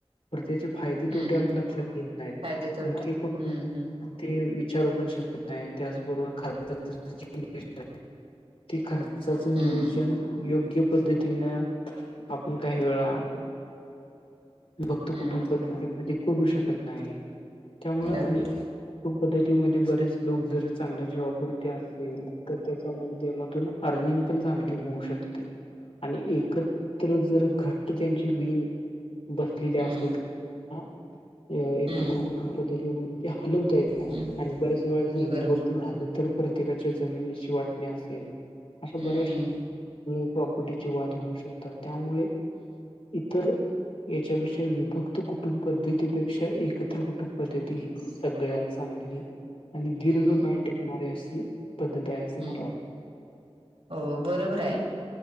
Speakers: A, on the left (about 65°); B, on the right (about 65°).
A: तर त्याचे फायदे
B: हम्म
A: तोटे आपण
B: हम्म
A: लक्षात घेत नाहीत.
B: फायदे तोटे
A: मग
B: हम्म
A: ते कोण
B: हम्म
A: ते विचारू पण शकत नाही. त्याचबरोबर <unintelligible> ते खर माणसाचं
B: हम्म हम्म
A: नियोजन योग्य पद्धतीनं आपण काही वेळा अ विभक्त
B: हम्म
A: कुटुंब पद्धतीमध्ये करू शकत नाही. त्यामुळं
B: बरोबर
A: आणि कुटुंब
B: आहे
A: पद्धतीमध्ये बरेच लोक जरी चांगल्या जॉबवरती असेल, तर त्याच्या माध्यमातून अर्निंग पण चांगली होऊ शकते. आणि एकत्र जर घट्ट त्यांची विण बसलेली असतील
B: हम्म
A: हा. अं एकत्र
B: हम्म.
A: कुटुंब पद्धतीमध्ये ते हलवता येत नाही.
B: हम्म.
A: आणि बऱ्याच वेळा जर
B: बरोबर.
A: विभ क्त झालं, तर प्रत्येकाच्या जमिनीची वाटणी असे अश्या
B: हम्म.
A: बऱ्याचशा प्रॉपर्टीची वाद शकतात. त्यामुळे
B: हम्म.
A: इतर याच्यापेक्षा विभक्त कुटुंब पद्धतीपेक क्षा एकत्र कुटुब पद्धती ही सगळ्यात चांगली आणि
B: हम्म.
A: दीर्घ टिकणारी अशी पद्धत आहे असे
B: हम्म.
A: मला वाटते.
B: हो बरोबर आहे.